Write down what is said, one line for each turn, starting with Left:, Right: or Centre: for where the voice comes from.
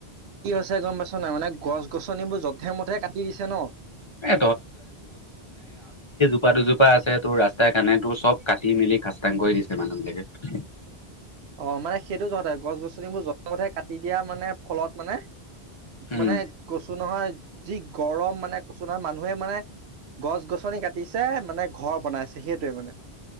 Right: <unintelligible> গম পাইছোঁ নাই মানে গছ গছনিবোৰ যধে মধে কাটি দিছে ন'।
Left: এ এজোপা দুজোপা আছে তোৰ ৰাস্তাৰ কাণে তোৰ চব কাটি মেলি খাচতাং কৰি দিছে মানুহ বিলাকে।
Right: অ' মানে সেইটো জহতে গছ গছনিবোৰ যধে মধে কাটি দিয়া মানে ফলত মানে
Left: উম
Right: মানে কচু নহয় যি গৰম মানে কচু নহয় মানুহে মানে গছ গছনি কাটিছে মানে ঘৰ বনাইছে সেইটোৱে মানে।